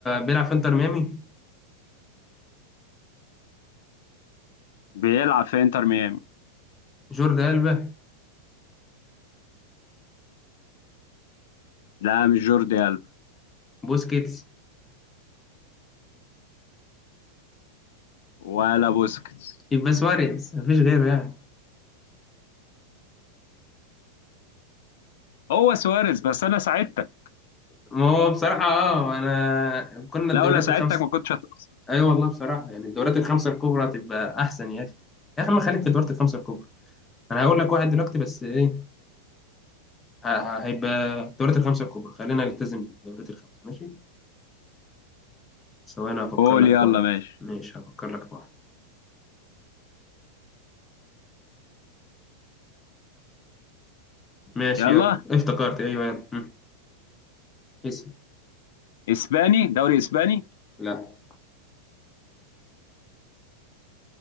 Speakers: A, on the left; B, on the left.
A: بيلعب في انتر ميامي
B: بيلعب في انتر ميامي
A: جوردي ألبا
B: لا مش جوردي ألبا
A: بوسكيتس
B: ولا بوسكيتس
A: يبقى سواريز مفيش غيره يعني
B: هو سواريز بس انا ساعدتك
A: ما هو بصراحة اه انا كنا الدوريات
B: لولا ساعدتك
A: الخمسة
B: ما كنتش هتخسر
A: ايوه والله بصراحة يعني الدوريات الخمسة الكبرى تبقى احسن يا اخي يا اخي ما خليك في الدوريات الخمسة الكبرى انا هقول لك واحد دلوقتي بس ايه ه- ه- هيبقى الدوريات الخمسة الكبرى خلينا نلتزم بالدوريات الخمسة ماشي ثواني هفكر
B: قول
A: لك
B: يلا
A: في واحد
B: ماشي
A: ماشي هفكر لك في واحد ماشي
B: يلا
A: يلا افتكرت ايوه يلا مم. اسم
B: اسباني دوري اسباني
A: لا